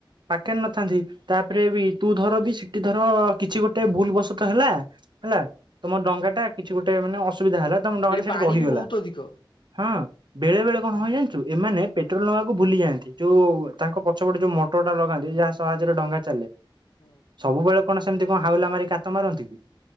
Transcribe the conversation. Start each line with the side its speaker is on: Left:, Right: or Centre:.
Right: ପାଖେରେ ନଥାନ୍ତି ତାପରେ ବି ତୁ ଧର ବି ସେଠି ଧର କିଛି ଗୋଟେ ଭୁଲ ବସ ତ ହେଲା ହେଲା ତମ ଡଙ୍ଗା ଟା କିଛି ଗୋଟେ ମାନେ ଅ ସୁବିଧା ହେଲା ତ ଡ଼ଙ୍ଗାଟା ସେଠି
Left: ପାଣି
Right: ରହିଗଲା
Left: ବି ବହୁତ ଅଧିକ।
Right: ହଁ ବେଳେ ବେଳେ କଣ ହୁଏଯାଣିଚୁ ଏମାନେ ପେଟ୍ରୋଲ ନେବାକୁ ଭୁଲି ଯାଆନ୍ତି ଯୋଉ ତାଙ୍କ ପଛପଟେ ଯୋଉ ଟୋଟା ଲଗାନ୍ତି ଯାହା ସାହାଯ୍ୟରେ ଡଙ୍ଗା ଚାଲେ।
Left: ହୁଁ।
Right: ସବୁବେଳେ କଣ ସେମିତି କଣ ହାଉଲା ମାରି କାତ ମାରନ୍ତି କି